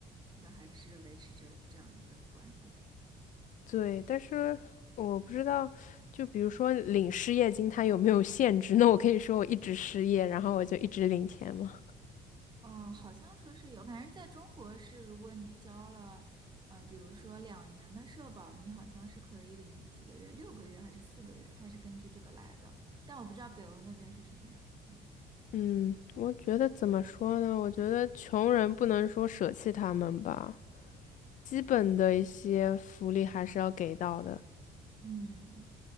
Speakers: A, on the right; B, on the left.
A: 这个还是维持着这样的一个观点。
B: 对，但是我不知道，就比如说领失业金，它有没有限制？<laughs> 那我可以说我一直失业，然后我就一直领钱吗？
A: 哦，好像说是有，反正在中国是，如果你交了，呃，比如说两年的社保，你好像是可以领几个月，六个月还是四个月，它是根据这个来的。但我不知道北欧那边是什么样的
B: 嗯，我觉得怎么说呢？我觉得穷人不能说舍弃他们吧，基本的一些福利还是要给到的，
A: 嗯